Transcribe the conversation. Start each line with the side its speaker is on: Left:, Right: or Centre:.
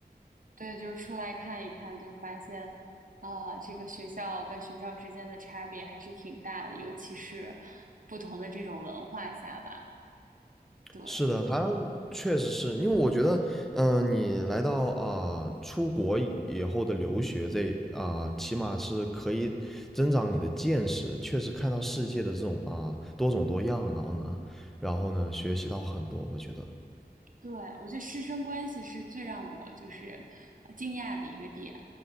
Right: 对，就是出来看一看，就发现啊，这个学校跟学校之间的差别还是挺大的，尤其是不同的这种文化下吧。对，
Centre: 是的，他确实是因为我觉得，嗯、你来到啊、出国以以后的留学这啊、起码是可以增长你的见识，确实看到世界的这种啊、多种多样，然后呢，然后呢，学习到很多，我觉得
Right: 对，我觉得师生关系是最让我就是呃惊讶的一个点。